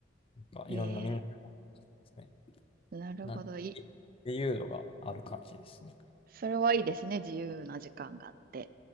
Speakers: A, on the left; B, on the right.
A: んかいろんなみんなで
B: え
A: すね。
B: ー、なるほど。
A: なんで
B: い
A: 自由度がある感じですね。
B: それはいいですね。自由な時間があって。